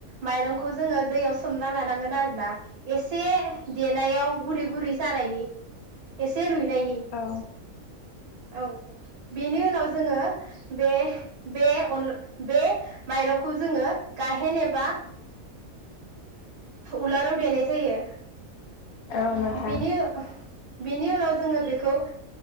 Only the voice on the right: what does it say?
माइरंखौ जोङो दैयाव सोमना लानांगोन आरोना एसे देनायाव गुरै गुरै जानायनि एसे रुइनायनि
औ बेनि उनाव जोङो बे बे अन बे माइरंखौ जोङो गाहेन एबा उलाराव देनाय जायो
बिनि उनाव जोङो बेखौ